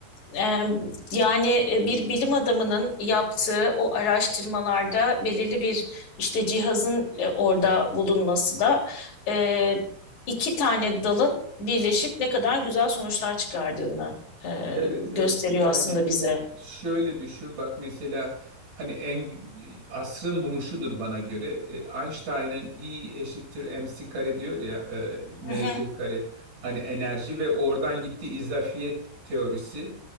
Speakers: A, on the left; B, on the right.
A: E, yani e, bir bilim adamının yaptığı o araştırmalarda belirli bir işte cihazın e, orada bulunması da e, iki tane dalın birleşip ne kadar güzel sonuçlar çıkardığını e,
B: Evet
A: gösteriyor
B: evet yani
A: aslında bize.
B: e, şöyle düşün bak mesela hani en asrın buluşudur bana göre E, Einstein'ın E eşittir mc kare diyor ya e,
A: Hı hı,
B: mc kare hani enerji ve oradan gittiği izafiyet teorisi